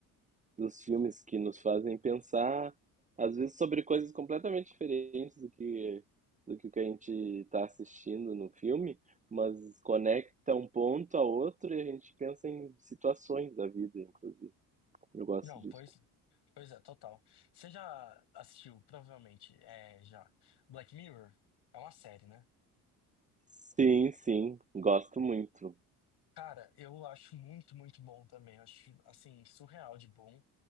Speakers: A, on the right; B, on the left.
A: dos filmes que nos fazem pensar, às vezes, sobre coisas completamente diferentes do que, do que o que a gente está assistindo no filme, mas conecta um ponto a outro e a gente pensa em situações da vida, inclusive. Eu gosto
B: Não,
A: disso.
B: pois, pois é, total. Você já assistiu, provavelmente, é, já, Black Mirror? É uma série, né?
A: Sim, sim, gosto muito.
B: Cara, eu acho muito, muito bom também. Eu acho, assim, surreal de bom,